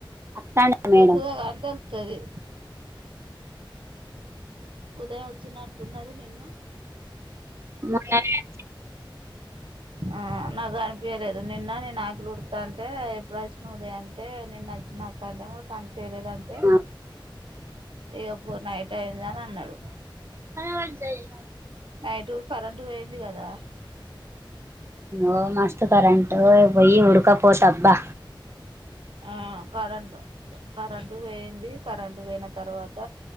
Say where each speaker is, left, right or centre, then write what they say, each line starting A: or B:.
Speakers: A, on the right (about 30°); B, on the right (about 70°).
A: వత్తాండా
B: చెప్పుతే
A: మేడం
B: కానీ తె తది ఉదయ వచ్చినట్టున్నది నిన్ను
A: మ <unintelligible>
B: ఆహ్ నాకు కనిపియలేదు నిన్న నేను యాకులు ఉడతంటే ఎప్పుడు వచ్చిన ఉదయటే అంటే నిన్న నచ్చినాక్క అంటే మరి కనిపేలేదంటే
A: వచ్చింది
B: ఇప్పు నైట్ అయింద అన్నాడు
A: సర వాళ్ళదయి
B: నైటూ కరెంటు పోయింది కదా
A: అవ్ మస్తు కరెంటు పోయి ఉడకపోత అబ్బా
B: ఆహ్ కరెంటు కరెంటు పోయింది కరెంటు పోయిన తర్వాత